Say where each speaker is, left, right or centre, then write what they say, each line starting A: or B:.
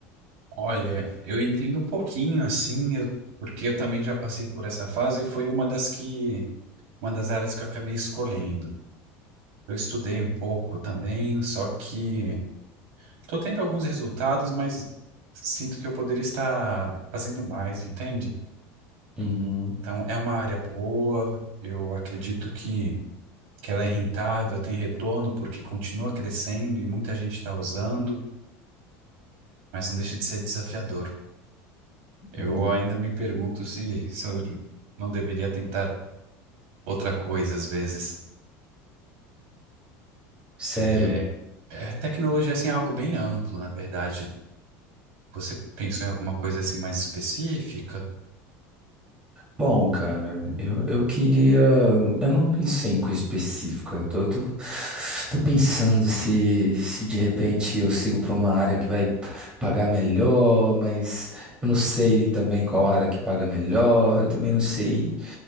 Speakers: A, on the right (about 65°); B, on the right (about 15°).
A: Olha, eu entendo um pouquinho, assim, eu- porque eu também já passei por essa fase e foi uma das que, uma das áreas que eu acabei escolhendo. Eu estudei um pouco também, só que Estou tendo alguns resultados, mas sinto que eu poderia estar fazendo mais, entende?
B: Uhum.
A: Então, é uma área boa, eu acredito que, que ela é rentável, tem retorno, porque continua crescendo e muita gente está usando, mas não deixa de ser desafiador. Eu
B: uhum.
A: ainda me pergunto se, se eu não deveria tentar outra coisa às vezes.
B: Sério?
A: É, é, tecnologia assim, é algo bem amplo, na verdade. Você pensou em alguma coisa assim mais específica?
B: Bom, cara, eu, eu queria. Eu não pensei em coisa específica. Eu tô, eu tô, tô pensando se, se de repente eu sigo para uma área que vai pagar melhor, mas eu não sei também qual área que paga melhor. Eu também não sei